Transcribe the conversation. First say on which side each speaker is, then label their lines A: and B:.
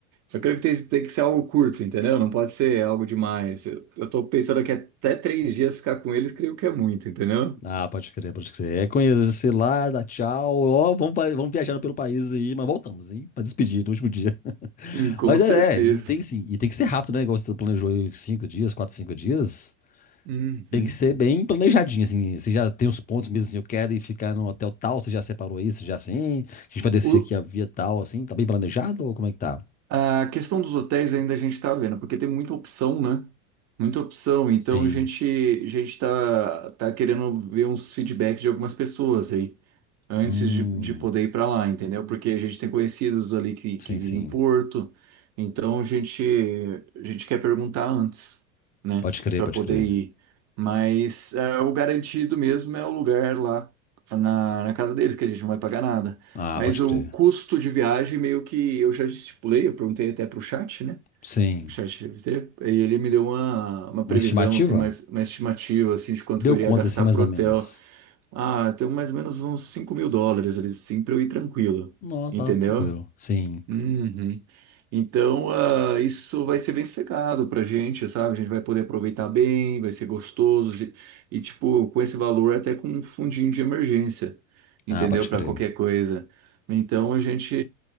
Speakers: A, on the right (about 45°); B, on the left (about 20°).
A: eu creio que tem, tem que ser algo curto, entendeu? Não pode ser algo demais. Eu, eu tô pensando que até três dias ficar com eles, creio que é muito, entendeu?
B: Ah, pode crer, pode crer. É conhecer lá, dá tchau, ó, vamos, pa- vamos viajando pelo país aí, mas voltamos, hein? Pra despedir no último dia.
A: Hum, com
B: Mas
A: certeza.
B: é, é, e tem, sim, e tem que ser rápido, né? Igual você planejou aí cinco dias, quatro, cinco dias.
A: Uhum.
B: Tem que ser bem planejadinho, assim. Você já tem os pontos mesmo, assim, eu quero ir ficar no hotel tal, você já separou isso, já assim. A gente vai descer
A: O-
B: aqui a via tal, assim. Tá bem planejado ou como é que tá?
A: A questão dos hotéis ainda a gente está vendo, porque tem muita opção, né? Muita opção. Então
B: Sim.
A: a gente, a gente tá, tá querendo ver uns feedback de algumas pessoas aí antes
B: Hum,
A: de, de poder ir para lá, entendeu? Porque a gente tem conhecidos ali que, que
B: sim,
A: vivem
B: sim.
A: em Porto, então a gente, a gente quer perguntar antes, né,
B: Pode crer,
A: para
B: pode
A: poder
B: crer.
A: ir. Mas é, o garantido mesmo é o lugar lá na, na casa deles, que a gente não vai pagar nada.
B: Ah,
A: Mas
B: pode
A: o
B: crer.
A: custo de viagem, meio que eu já estipulei, eu perguntei até para o chat, né?
B: Sim.
A: O chat GPT, e ele me deu uma, uma previsão,
B: Uma estimativa?
A: assim, mais, uma estimativa, assim, de quanto
B: Deu
A: que eu iria
B: conta,
A: gastar
B: assim, mais
A: pro
B: ou
A: hotel.
B: menos.
A: Ah, tem mais ou menos uns cinco mil dólares ali, sim, pra eu ir tranquilo,
B: Não,
A: entendeu?
B: tá tranquilo. Sim.
A: Uhum. Então, ah, isso vai ser bem sossegado pra gente, sabe? A gente vai poder aproveitar bem, vai ser gostoso. de- E, tipo, com esse valor, até com um fundinho de emergência, entendeu?
B: Ah, pode crer.
A: Pra qualquer coisa. Então, a gente